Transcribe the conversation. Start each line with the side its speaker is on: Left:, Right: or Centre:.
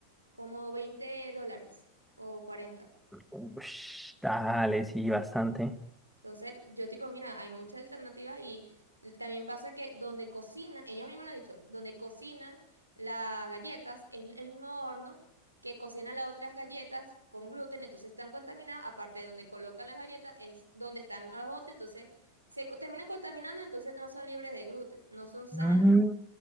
Right: como 20 dólares o 40.
Centre: Ush, dale, sí, bastante.
Right: Entonces, yo tipo, mira, hay muchas alternativas y también pasa que donde cocinan, ellos mismos lo han dicho, donde cocinan las galletas es el mismo horno que cocinan las otras galletas con gluten, entonces están contaminadas, aparte de donde colocan las galletas es donde están las otras, entonces se co- terminan contaminando, entonces no son libres de gluten, no son sanas.
Centre: Mm,